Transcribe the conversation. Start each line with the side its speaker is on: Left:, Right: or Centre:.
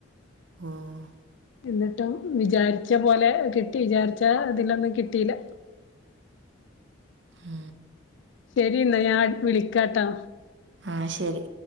Right: ആഹ്
Left: എന്നിട്ടും വിചാരിച്ച പോലെ കിട്ടി വിചാരിച്ച ഇതിലൊന്നും കിട്ടിയില്ല
Right: ആ
Left: ശരിന്നാ ഞാൻ വിളിക്കാട്ടാ
Right: ആഹ് ശരി